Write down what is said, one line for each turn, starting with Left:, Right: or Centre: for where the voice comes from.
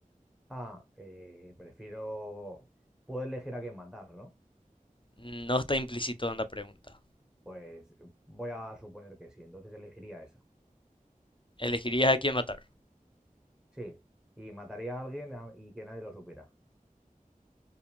Centre: Ah, eh, prefiero... Puedo elegir a quién matar, ¿no?
Left: No está implícito en la pregunta.
Centre: Pues eh, voy a suponer que sí, entonces elegiría esa.
Left: ¿Elegirías a quién matar?
Centre: Sí, y mataría a alguien a- y que nadie lo supiera.